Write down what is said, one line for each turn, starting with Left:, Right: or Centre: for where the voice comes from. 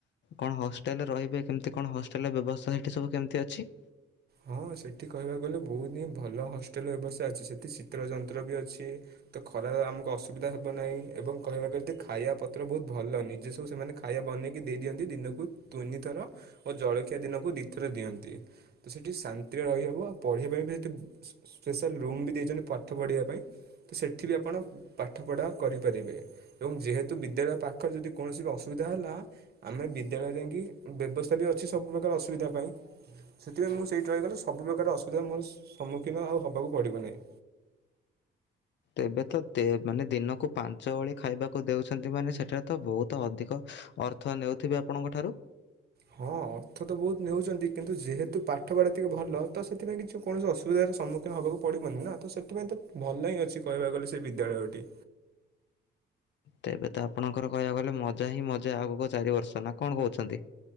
Left: କଣ ହଷ୍ଟେଲରେ ରହିବେ କେମତି କଣ ହଷ୍ଟେଲ ବ୍ୟବସ୍ଥା ସେଠି ସବୁ କେମିତି ଅଛି?
Right: ହଁ ସେଠି କହିବାକୁ ଗଲେ ବହୁତ ହିଁ ଭଲ ହଷ୍ଟେଲ ବ୍ୟବସ୍ଥା ଅଛି, ସେଠି ଶୀତଳ ଯନ୍ତ୍ର ବି ଅଛି, ତ ଖରା ଆମକୁ ଅସୁବିଧା ହେବ ନାହିଁ ଏବଂ କହିବାକୁ ଗଲେ ତ ଖାଇବା ପତ୍ର ବହୁତ ଭଲ ନିଜେ ସବୁ ସେମାନେ ଖାଇବା ବନେଇକି ଦେଇଦିଅନ୍ତି ଦିନକୁ ତିନିଥର ଓ ଜଳଖିଆ ଦିନକୁ ଦିଥର ଦିଅନ୍ତି, ତ ସେଠି ଶା ନ୍ତିରେ ରହିହେବ ଆଉ ପଢ଼ିବା ପାଇଁ ବି ସେଠି ସ୍ପେ-ସ୍ପେଶାଲ୍ ରୁମ୍ ବି ଦେଇଛନ୍ତି ପାଠ ପଢ଼ିବା ପାଇଁ ତ ସେଠି ବି ଆପଣ ପାଠ ପଢ଼ା କରିପାରିବେ, ଏବଂ ଯେହେତୁ ବିଦ୍ୟାଳୟ ପାଖ ଯଦି କୌଣସି ବି ଅସୁବିଧା ହେଲା ଆମେ ବିଦ୍ୟାଳୟ ଯାଇକି ବ୍ୟବସ୍ଥା ବି ଅଛି ସବୁପ୍ରକାର ଅସୁବିଧା ପାଇଁ, ସେଥିପାଇଁ ମୁଁ ସେଇଠି ରହିଗଲେ ସୁ ସବୁ ପ୍ରକାର ଅସୁବିଧା ମୁଁ ସ-ସମ୍ମୁଖୀନ ଆଉ ହବାକୁ ପଡ଼ିବ ନାହିଁ।
Left: ଏବେ ତ ମାନେ ଦିନକୁ ପାଞ୍ଚ ଓଳି ଖାଇବାକୁ ଦେଉଛନ୍ତି ମାନେ ସେଠାରେ ତ ବହୁତ ଅଧିକ ଅର୍ଥ ନେଉଥିବେ ଆପଣଙ୍କ ଠାରୁ?
Right: ହଁ ଅର୍ଥ ତ ବହୁତ ନେଉଛନ୍ତି କିନ୍ତୁ ଯେହେତୁ ପାଠପଢ଼ା ଟିକେ ଭଲ ତ ସେଥିପାଇଁ କିଛି କୌଣସି ଅସୁବିଧାର ସମ୍ମୁଖୀନ ହେବାକୁ ପଡ଼ିବନି ନା ତ ସେଥିପାଇଁ ତ ଭଲ ହିଁ ଅଛି କହିବାକୁ ଗଲେ ସେ ବିଦ୍ୟାଳୟଟି।
Left: ତେବେ ତ ଆପଣଙ୍କର କହିବାକୁ ଗଲେ ମଜା ହିଁ ମଜା ଆଗକୁ ଚାରି ବର୍ଷ ନା କଣ କହୁଛନ୍ତି।